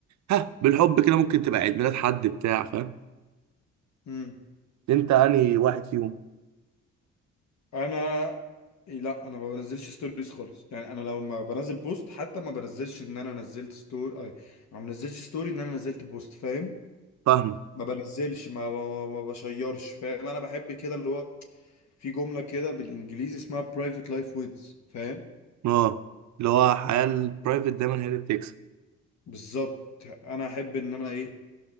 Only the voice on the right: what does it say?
ها بالحب كده ممكن تبقى عيد ميلاد حد بتاع فاهم
انت انهي واحد فيهم
فاهمك
اه اللي هو الحياة البرايفت دايما هي اللي بتكسب